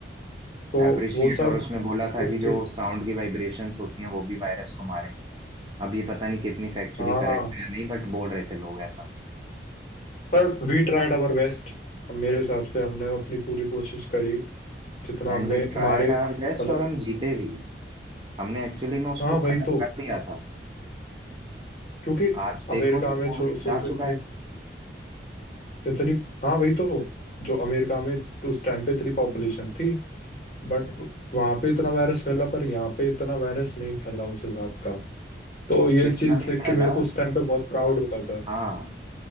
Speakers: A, on the left; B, on the right.
A: तो
B: अप्रिशिएट
A: वो सब
B: और उसमें बोला था
A: उसके
B: कि जो साउंड की वाइब्रेशंस होती हैं वो भी वायरस को मारे अब ये पता नहीं कितनी फैक्चुअली
A: हाँ
B: करेक्ट है या नहीं बट बोल रहे थे लोग ऐसा
A: पर वी ट्राइड आवर बेस्ट मेरे हिसाब से हमने अपनी पूरी कोशिश करी जितना
B: And
A: हमने
B: we tried
A: हमारे
B: our best
A: मतलब
B: और हम जीते भी हमने एक्चुअली में उसको
A: हाँ वही
B: खत्म
A: तो
B: कर दिया था
A: क्योंकि
B: आज
A: अमेरिका
B: देखो तो
A: में
B: कोविड
A: छो- सोचो
B: जा चुका
A: इतनी
B: है
A: इतनी हाँ वही तो जो अमेरिका में तो उस टाइम पे इतनी पॉपुलेशन थी बट वहां पे इतना वायरस फैला पर यहाँ पे इतना वायरस नहीं फैला उस हिसाब का तो
B: वो
A: ये
B: कितना
A: चीज
B: भी
A: देख
B: फैला
A: के मेरे को उस टाइम पे बहुत प्राउड होता था
B: हाँ